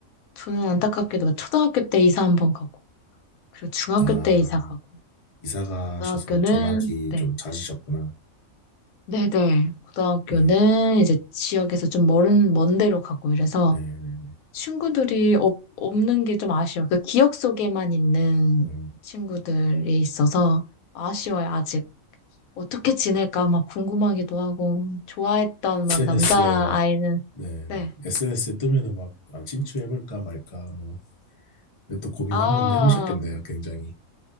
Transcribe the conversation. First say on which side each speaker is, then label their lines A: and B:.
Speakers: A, on the left (about 90°); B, on the left (about 35°).
A: 저는 안타깝게도 막 초등학교 때 이사 한번 가고, 그리고 중학교
B: 아
A: 때 이사 가고,
B: 이사 가셔서
A: 고등학교는,
B: 전화기
A: 네.
B: 좀 잦으셨구나.
A: 네네. 고등학교는
B: 음,
A: 이제 지역에서 좀 멀은, 먼 데로 가고 이래서
B: 네네네.
A: 친구들이 없, 없는 게 좀 아쉬워요. 그 기억 속에만 있는
B: 음.
A: 친구들이 있어서 아쉬워요, 어떻게 지낼까 막 궁금하기도 하고 좋아했던
B: SNS에
A: 막 남자아이는
B: 막, 네네.
A: 네.
B: SNS에 뜨면은 막, 아, 출해볼까 말까, 뭐. 근데 또 고민
A: 아,
B: 한번 해보셨겠네요, 굉장히.